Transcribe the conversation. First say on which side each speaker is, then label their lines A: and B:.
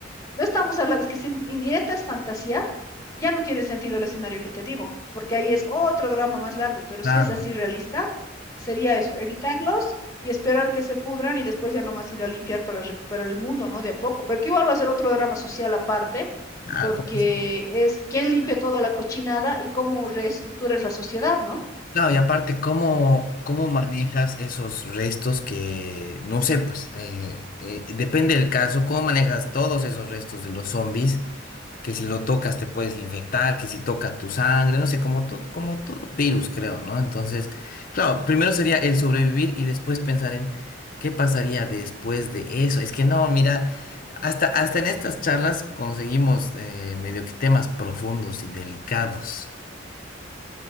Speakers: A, on the left (about 20°); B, on the left (about 45°).
A: no estamos hablando, es que si indirecta es fantasía, ya no tiene sentido el escenario que te digo, porque ahí es otro drama más largo, pero
B: claro,
A: si es así realista, sería eso, evitarlos y esperar que se pudran y después ya nomás ir a limpiar para recuperar el mundo, ¿no? De a poco, pero que igual va a ser otro drama social aparte,
B: claro,
A: porque
B: como si-
A: es quién limpia toda la cochinada y cómo reestructuras la sociedad, ¿no?
B: Claro, y aparte, ¿cómo, cómo manejas esos restos que, no sé, pues, eh, eh, depende del caso, ¿cómo manejas todos esos restos de los zombies? Que si lo tocas te puedes infectar, que si toca tu sangre, no sé, como todo, como todo virus, creo, ¿no? Entonces, claro, primero sería el sobrevivir y después pensar en qué pasaría después de eso. Es que no, mira, hasta, hasta en estas charlas conseguimos eh, medio que temas profundos y delicados.